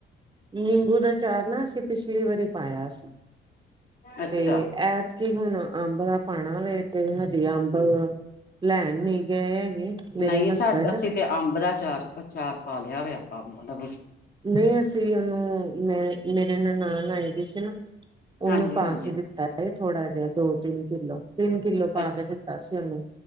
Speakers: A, on the right (about 25°); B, on the left (about 50°).
A: ਨਿੰਬੂ ਦਾ ਚਾਰ ਨਾ ਅਸੀ ਪਿਛਲੀ ਵਾਰੀ ਪਾਯਾ, ਸੀ
B: ਅੱਛਾ
A: ਤੇ ਐ ਕਿ ਹੁਣ ਅੰਬ ਦਾ ਪਾਣਾ ਵੇ, ਤੇ ਹਜੇ ਅੰਬ ਲੈਣ ਨੀ ਗਏ ਹੈਗੇ। ਮੇਰੇ
B: ਨਈਂ ਸਾਡਾ
A: ਹਸਬੈਂਡ
B: ਅਸੀ ਤੇ ਅੰਬ ਦਾ ਚਾਰ ਆਚਾਰ ਪਾ ਲਿਆ ਵੇ ਆਪਾਂ ਅੰਬ ਦਾ
A: ਨਈਂ, ਅਸੀਂ ਓਨੂੰ ਮੈਂ ਮੇਰੇ ਨਾਲ ਨਨਾਣ ਆਏ ਦੇ ਸੀ ਨਾ ਓਨੂੰ
B: ਹਾਂਜੀ
A: ਪਾਕੇ
B: ਹਾਂਜੀ
A: ਦਿੱਤਾ ਏ ਥੋੜ੍ਹਾ ਜਾ ਦੋ-ਤਿੰਨ ਕਿੱਲੋ। ਤਿੰਨ ਕਿੱਲੋ ਪਾ
B: ਅੱਛਾ
A: ਕੇ ਦਿੱਤਾ ਸੀ ਓਨੂੰ,